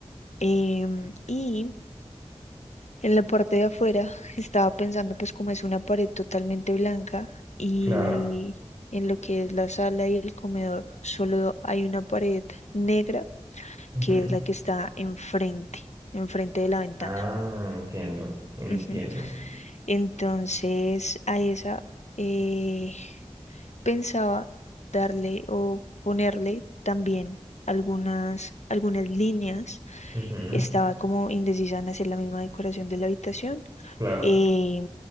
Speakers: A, on the left; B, on the right.
A: Em, y en la parte de afuera <laughs> estaba pensando pues como es una pared totalmente blanca y
B: claro.
A: en lo que es la sala y el comedor solo hay una pared negra
B: Ujú.
A: que es la que está enfrente, enfrente de la ventana.
B: Ah, entiendo, entiendo.
A: Ujú. Entonces, a esa eh, pensaba darle o ponerle también algunas, algunas líneas.
B: Ujú,
A: Estaba como indecisa en hacer la misma decoración de la habitación
B: Claro.
A: eh,